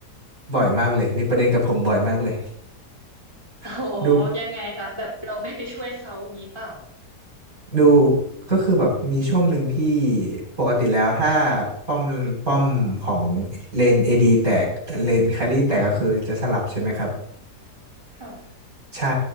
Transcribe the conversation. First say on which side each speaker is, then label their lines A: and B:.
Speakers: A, on the right; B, on the right.
A: บ่อยมากเลยมีประเด็นกับผมบ่อยมากเลย
B: โอ้โหยังไงคะแบบเราไม่ไปช่วยเขาอย่างนี้เปล่า
A: <laughs> ดูดูก็คือแบบมีช่วงหนึ่งที่ปกติแล้วถ้าป้อมป้อมของเลนเอดีแตกเลนแครี่แตกก็คือจะสลับใช่ไหมครับ
B: ค่ะ
A: ใช่